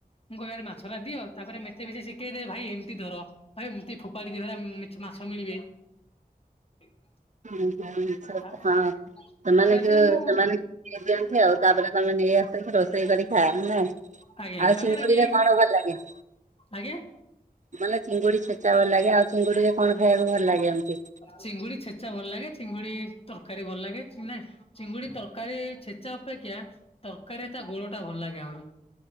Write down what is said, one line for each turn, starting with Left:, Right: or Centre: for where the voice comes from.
Left: ମୁ କହିବି ଆରେ ମାଛରା ଦିଅ ତାପରେ ମେ ତେ ବି ସିଏ ଶିକେଇଦେ ଭାଇ ଏମତି ଧର ଭାଇ ଏମତି ଫୋପାଡିିକି ଧର ଉମ୍ ମାଛ ମିଳିବେ। <inaudible>
Right: <inaudible> ହଁ
Left: ତା
Right: ସେମାନଙ୍କୁ
Left: ତାପରେ ଯେତେବେଳେ
Right: <unintelligible>
Left: ମୁଁ
Right: ଯାଆନ୍ତି ତାପରେ ତମେ ନେଇ ଆ ସ ରୋଷେଇ କରି ଖାଅ ନା ଆଉ
Left: ଆଜ୍ଞା ତାପରେ
Right: ଚିଙ୍ଗୁଡିରେ
Left: ବି
Right: କଣ ଭଲ ଲାଗେ?
Left: ଆଜ୍ଞା?
Right: ମାନେ ଚିଙ୍ଗୁଡି ଛେଚା ଭଲ ଲାଗେ ଆଉ ଚିଙ୍ଗୁଡିରେ କଣ ଖାଇବାକୁ ଭଲ ଲାଗେ ଏମତି?
Left: ଚିଙ୍ଗୁଡି ଛେଚା ଭଲ ଲାଗେ ଚିଙ୍ଗୁଡି ତରକାରୀ ଭଲ ଲାଗେ ଚି ନାଇଁ ଚିଙ୍ଗୁଡି ତରକାରୀ ଛେଚା ଅପେକ୍ଷା ତରକାରୀ ତା ଗୋଳଟା ଭଲ ଲାଗେ ଆହୁରି।